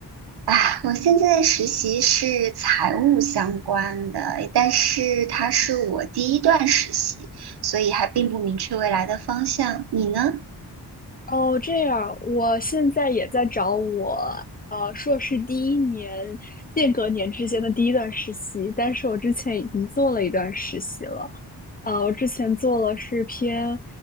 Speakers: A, on the right; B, on the left.
A: 啊，我现在实习是财务相关的，但是它是我第一段实习，所以还并不明确未来的方向。你呢？
B: 哦，这样，我现在也在找我呃硕士第一年间隔年之间的第一段实习，但是我之前已经做了一段实习了，呃，我之前做了是偏